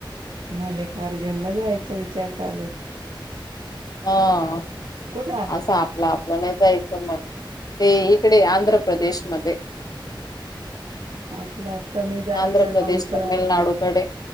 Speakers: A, on the right; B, on the left.
A: मल्लिक अर्जुन ला जायचा विचार चालूय
B: हा
A: कुठे
B: असं आपलं आपल्याला जायचं म्हणून ते इकडे आंध्र प्रदेशमध्येध्
A: आपलं आपलं नाही जायचं
B: आंध्र प्रदेश
A: मंग
B: तमिळनाडूकडे
A: तर